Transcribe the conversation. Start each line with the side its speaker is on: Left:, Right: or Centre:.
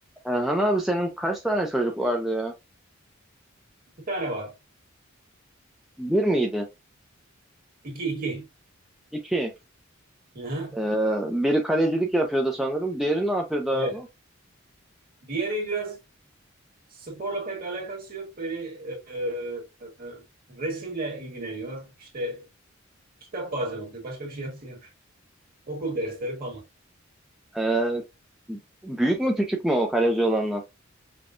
Centre: Erhan abi senin kaç tane çocuk vardı ya?
Right: Bir tane var.
Centre: Bir miydi?
Right: İki iki.
Centre: İki.
Right: Hı hı.
Centre: Ee, biri kalecilik yapıyordu sanırım. Diğeri ne yapıyordu abi?
Right: Evet. Diğeri biraz sporla pek alakası yok. Böyle e, e, resimle ilgileniyor. İşte kitap bazen okuyor. Başka bir şey yapmıyor. <laughs> Okul dersleri falan.
Centre: Ee, büyük mü küçük mü o kaleci olandan?